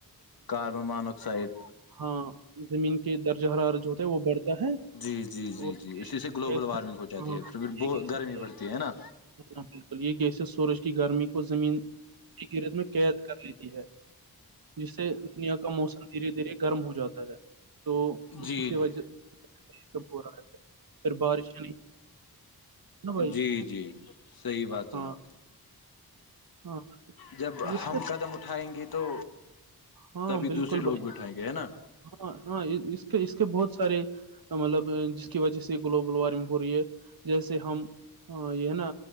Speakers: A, on the left; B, on the right.
A: کاربن مانکسائڈ
B: ہاں زمین کے درجہ حرار جو ہوتا ہے وہ بڑھتا ہے
A: جی جی
B: اور
A: جی جی اسی سے گلوبل
B: گیسز
A: وارمنگ ہو جاتی
B: ہاں
A: ہے پھر بھی بت
B: یہ گیسز
A: گرمی پڑتی ہے نا
B: ہاں بالکل یہ گیسی سورج کی گرمی کو زمین ایک رت میں قید کر لیتی جس سے دنیا کا موسم دھیرے دھیرے گرم ہو جاتا ہے تو
A: جی
B: اسی وجہ
A: جی
B: یہ سب ہو رہا تھا پھر بارش بائی
A: جی جی صحیح بات
B: ہاں
A: ہے آپ کی
B: ہاں
A: جب
B: اس
A: ہم
B: کا
A: قدم اٹھائیں گے تو
B: ہاں
A: تبھی دوسرے
B: بالکل
A: لوگ
B: ب
A: بھی اٹھائیں گے ہے نا
B: ہاں ہاں اس کے اس کے بہت سارے مطلب جس کی وجہ سے گلوبل وارمنگ ہو رہی ہے جیسے ہم ا یہ ہے نا